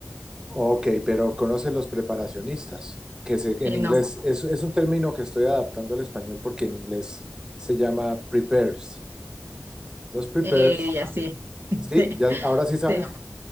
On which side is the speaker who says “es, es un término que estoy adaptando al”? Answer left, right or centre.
Right